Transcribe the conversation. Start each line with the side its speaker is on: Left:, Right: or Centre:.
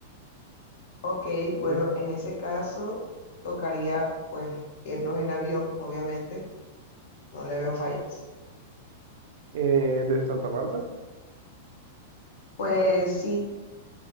Left: ok,
Right: ¿Tienes-
Left: bueno, en ese caso tocaría pues irnos en avión, obviamente, no le veo fallas.
Right: eh, desde Santa Marta?
Left: Pues si